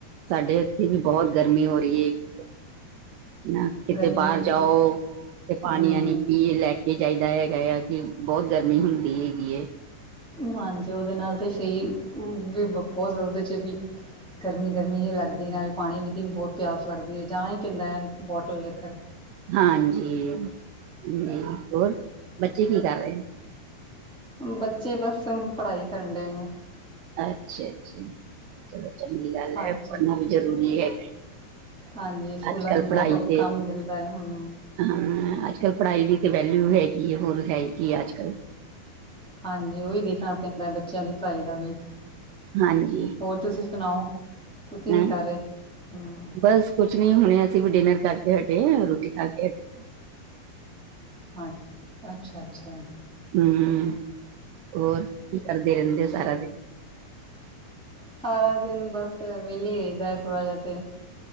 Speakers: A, on the right (about 85°); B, in the centre.
A: ਸਾਡੇ ਇੱਥੇ ਵੀ ਬਹੁਤ ਗਰਮੀ ਹੋ ਰਹੀ ਹੈਗੀ ਐ। ਕਿਤੇ
B: ਗਰਮੀ
A: ਬਾਹਰ ਜਾਓ ਤੇ, ਪਾਣੀ,
B: ਹਮ
A: ਆਣੀ ਪੀਏ ਲੈਕੇ ਕੀ ਚਾਹੀਦਾ ਹੈਗਾਯਾ ਕਿ, ਬਹੁਤ ਗਰਮੀ ਹੁੰਦੀ ਹੈਗੀ ਐ।
B: ਹਾਂਜੀ। ਉਹਦੇ ਨਾਲ ਤੇ ਸਹੀ ਵੀ ਬਹੁਤ ਉਹਦੇ'ਚ ਵੀ ਗਰਮੀ ਗਰਮੀ ਹੀ ਲੱਗਦੀ। ਨਾਲੇ ਪਾਣੀ ਦੀ ਵੀ ਬਹੁਤ ਪਿਆਸ ਲੱਗਦੀ ਹੈ, ਜਾਣਾ ਹੀ ਪੈਂਦਾ ਹੈ ਬੋਟਲ ਲੇਕਰ।
A: ਹਾਂਜੀ, ਹੂੰ। ਹੋਰ ਬੱਚੇ ਕੀ ਕਰ ਰਹੇ?
B: ਬੱਚੇ ਬਸ ਪੜ੍ਹਾਈ ਕਰੰਡੇ ਨੇ।
A: ਅੱਛਾ, ਅੱਛਾ। ਚਲੋ ਚੰਗੀ ਗੱਲ
B: ਹਾਂਜੀ
A: ਐ। ਪੜ੍ਹਨਾ ਵੀ ਜ਼ਰੂਰੀ ਐ।
B: ਹਾਂਜੀ ਸਕੂਲਾਂ
A: ਅੱਜ- ਕੱਲ
B: 'ਚ ਬਹੁਤ
A: ਪੜ੍ਹਾਈ ਤੇ,
B: ਕੰਮ ਮਿਲਦਾ ਹੈ ਹਮ
A: ਹਾਂ ਅੱਜ-ਕੱਲ ਪੜ੍ਹਾਈ ਦੀ ਤੇ, ਵੈਲਿਊ ਹੈਗੀ। ਹੋਰ ਹੈ, ਕੀ, ਅੱਜਕੱਲ।
B: ਹਾਂਜੀ। ਉਹੀ ਦੇਖਣਾ ਪੈਂਦਾ ਬੱਚਿਆਂ ਦੀ ਪੜ੍ਹਾਈ ਦਾ ਵੀ।
A: ਹਾਂਜੀ
B: ਹੋਰ, ਤੁਸੀਂ ਸੁਣਾਓ ਤੁਸੀਂ
A: ਹੈਂ,
B: ਕੀ ਕਰ ਰਹੇ? ਹਮ
A: ਬਸ ਕੁਛ ਨਹੀਂ, ਹੁਣੇ ਅਸੀਂ ਵੀ ਡਿਨਰ ਕਰਕੇ ਹਟੇ, ਰੋਟੀ ਖਾਕੇ ਹਟੀ।
B: ਹਾਂ, ਅੱਛਾ- ਅੱਛਾ।
A: ਹੂੰ। ਹੋਰ, ਕੀ ਕਰਦੇ ਰਹਿੰਦੇ ਸਾਰਾ ਦਿਨ?
B: ਸਾਰਾ ਦਿਨ ਬਸ। ਵਿਹਲੇ ਰਹੀਦਾ ਥੋੜਾ ਜਿਹਾ ਤੇ